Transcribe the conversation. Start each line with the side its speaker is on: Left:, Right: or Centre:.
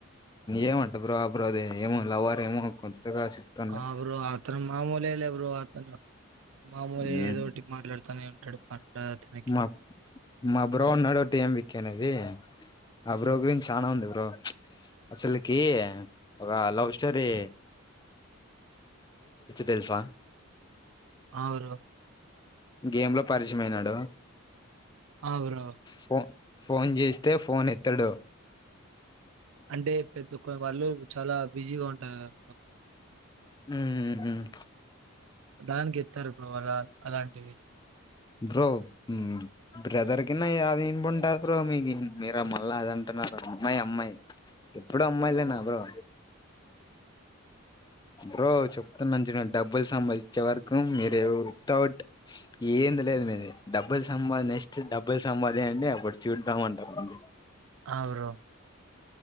Left: ఏమంటా బ్రో అ బ్రో ది ఏమో లవర్ ఏమో కొత్తగా చెప్తుండు
Right: ఆ బ్రో అత్రను మామూలే లే బ్రో అతను మామూలే
Left: హ్మ్
Right: ఏదోటి మాట్లాడుతూనే ఉంటాడు పడ అతనికి
Left: మా మా బ్రో ఉన్నాడు టీమ్ విక్కీ అనేసి ఆ బ్రో గురించి చనా ఉంది బ్రో అసలకి ఒక లవ్ స్టోరీ తెల్సా
Right: ఆ బ్రో
Left: ఇంకేం బ్రో పరిచయం అయినాడు
Right: ఆ! బ్రో.
Left: ఫోన్ ఫోన్ చేస్తే ఫోన్ ఎ త్తడు
Right: అంటే పెద్దక్క వాళ్ళు చాలా బిజీగా ఉంటారు
Left: హ్మ్ హ్మ్
Right: దానికి ఇత్తరు బవాల అలాంటిది
Left: బ్రో ఉ బ్రదర్ కిన్నా యాది పుంటా రు బ్రో మీకి మీర మళ్ళ అదిఅంటున్నారు మా అమ్మాయి ఎప్పుడు అమ్మాయిలే నా బ్రో బ్రో చెప్తాన్న మంచిగాను డబ్బుల్ సంపాదించే వరకు మీరు ఎవ్ విత్ అవుట్ ఏంది లేదు మీది డబ్బులు సంపాది ఫస్ట్ డబ్బులు సంపాదియండి అప్పుడు చూద్దాం అంటారు
Right: అవరొ